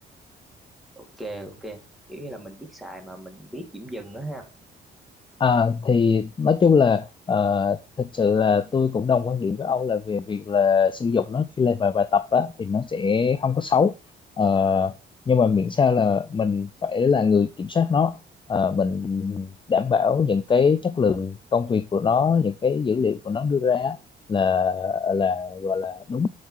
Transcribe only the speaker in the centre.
ok ok kiểu như là mình biết xài mà mình biết điểm dừng đó ha